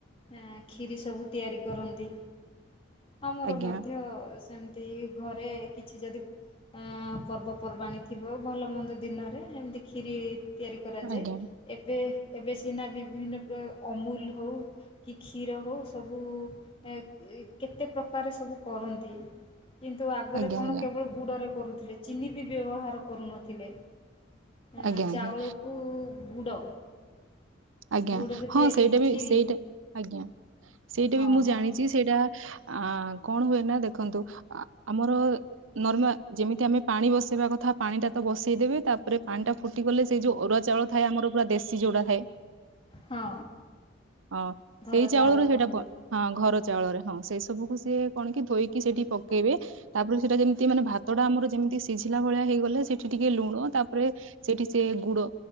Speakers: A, on the left (about 30°); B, on the right (about 80°).
A: ଏଁ କ୍ଷିରୀ ସବୁ ତିଆରି କରନ୍ତି। ଆମର
B: ଆଜ୍ଞା
A: ମଧ୍ୟ ସେମ୍ତି ଘରେ କିଛି ଯଦି ଅଁ ପର୍ବ ପର୍ବାଣି ଥିବ ଭଲ ମନ୍ଦ ଦିନରେ ଏମିତି କ୍ଷିରୀ ତିଆରି କରାଯାଏ।
B: ଆଜ୍ଞା
A: ଏବେ ଏବେ ସିନା ବି ବିଭିନ୍ନ ପ୍ର ଅମୁଲ୍ ହଉ କି କ୍ଷୀର ହେଉ ସବୁ ଏ କେତେ ପ୍ରକାର ସବୁ କରନ୍ତି କିନ୍ତୁ ଆଗରେ
B: ଆଜ୍ଞା
A: କଣ
B: ଆଜ୍ଞା
A: କେବଳ ଗୁଡ଼ରେ କରୁଥିଲେ ଚିନି ବି ବ୍ୟବହାର କରୁନଥିଲେ। ଅଁ
B: ଆଜ୍ଞା ଆଜ୍ଞା
A: ଚାଉଳକୁ ଗୁଡ଼
B: ଆଜ୍ଞା
A: ଗୁଡ଼ରେ
B: ହଁ
A: ତିଆରି
B: ସେଇଟା ବି
A: କ୍ଷୀରି
B: ସେଇଟା ଆଜ୍ଞା ସେଇଟା
A: ହଁ
B: ବି ମୁଁ
A: ହଁ
B: ଜାଣିଚି ସେଇଟା ଆଁ କଣ ହୁଏ ନା ଦେଖନ୍ତୁ ଆ ଆମର ନର୍ମା ଯେମିତି ଆମେ ପାଣି ବସେଇବା କଥା ପାଣି ଟା ତ ବସେଇ ଦେବେ ତାପରେ ପାଣି ଟା ଫୁଟି ଗଲେ ସେ ଯୋଉ ଅରୁଆ ଚାଉଳଥାଏ ଆମର ପୁରା ଦେଶୀ ଯଉଟା ଥାଏ
A: ହଁ।
B: ଅଁ
A: ଘର
B: ସେଇ ଚାଉଳରୁ
A: ଚାଉଳ
B: ସେଇଟା
A: କହନ୍ତି
B: ବଁ ହଁ ଘର ଚାଉଳରେ ହଁ ସେଇ ସବୁକୁ ସିଏ କଣ କି ଧୋଇକି ସେଇଠି ପକେଇବେ। ତାପରେ ସେଇଟା ଯେମିତି ମାନେ ଭାତଟା ଆମର ଯେମିତି ସିଝିଲା ଭଳିଆ ହେଇଗଲେ ସେଠି ଟିକେ ଲୁଣ ତାପରେ ସେଠି ସେ ଗୁଡ